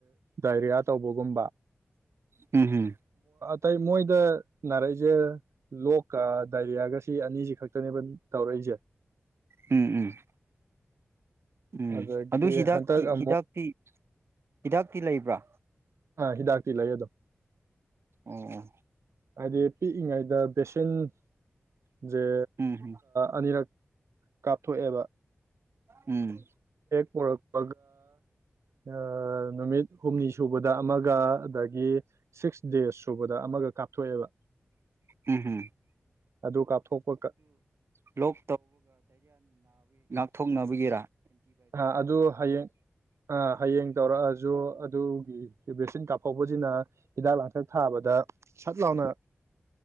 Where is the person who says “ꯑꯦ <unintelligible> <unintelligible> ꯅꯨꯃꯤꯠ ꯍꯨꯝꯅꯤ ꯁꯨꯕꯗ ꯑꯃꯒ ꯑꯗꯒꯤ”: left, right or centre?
Right